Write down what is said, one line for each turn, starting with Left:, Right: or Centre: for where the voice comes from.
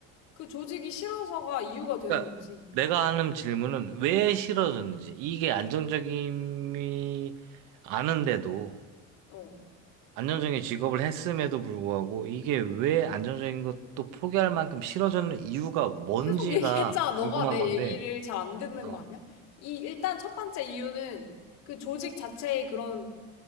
Left: 그 조직이 싫어서가 이유가 되는
Right: 그러니까
Left: 거지.
Right: 내가 하는 질문은 왜 싫어졌는지 이게 안정적임이 아는데도
Left: 어.
Right: 안정적인 직업을 했음에도 불구하고 이게 왜 안정적인 것도 포기할 만큼 싫어졌는 이유가 뭔지가
Left: 계속 얘기했잖아. 너가
Right: 궁금한
Left: 내
Right: 건데,
Left: 얘기를 잘 안 듣는
Right: 어,
Left: 거 아니야? 이, 일단 첫 번째 이유는 그 조직 자체의 그런